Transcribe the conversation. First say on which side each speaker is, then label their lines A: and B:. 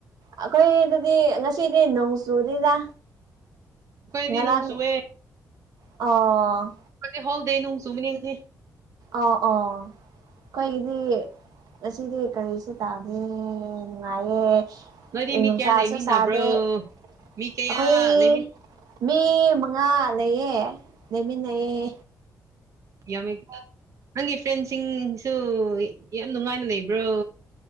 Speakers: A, on the right (about 80°); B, on the right (about 50°).
A: ꯑꯩꯈꯣꯏ ꯑꯗꯨꯗꯤ ꯉ ꯁꯤꯗꯤ ꯅꯣꯡ ꯆꯨꯗꯦꯗ
B: ꯑꯩꯈꯣꯏꯗꯤ
A: ꯉꯔꯥꯡ
B: ꯅꯣꯡ ꯆꯨꯑꯦ
A: ꯑꯣ
B: ꯑꯩꯈꯣꯏꯗꯤ ꯍꯣꯜ ꯗꯦ ꯅꯣꯡ ꯆꯨꯒꯅꯤ ꯉꯁꯤ
A: ꯑ ꯑꯣ ꯑꯩꯈꯣꯏꯒꯤꯗꯤ ꯉꯁꯤꯗꯤ ꯀꯔꯤꯁꯨ ꯇꯥꯗꯦ ꯅꯨꯡꯉꯥꯏꯌꯦ
B: ꯅꯣꯏꯗꯤ ꯃꯤ
A: ꯅꯨꯡꯁꯥꯁꯨ
B: ꯀꯌꯥ ꯂꯩꯃꯤꯟꯅꯕ꯭ꯔꯣ
A: ꯁꯥꯗꯦ ꯑꯩꯈꯣꯏ
B: ꯃꯤ ꯀꯌꯥ ꯂꯩꯃꯤꯟ
A: ꯃꯤ ꯃꯉꯥ ꯂꯩꯌꯦ ꯂꯩꯃꯤꯟꯅꯩꯌꯦ
B: ꯌꯥꯝꯃꯦ ꯀꯣ ꯅꯪꯒꯤ ꯐ꯭ꯔꯦꯟꯁꯤꯡꯁꯨ ꯌꯥꯝ ꯅꯨꯡꯉꯥꯏꯅ ꯂꯩꯕ꯭ꯔꯣ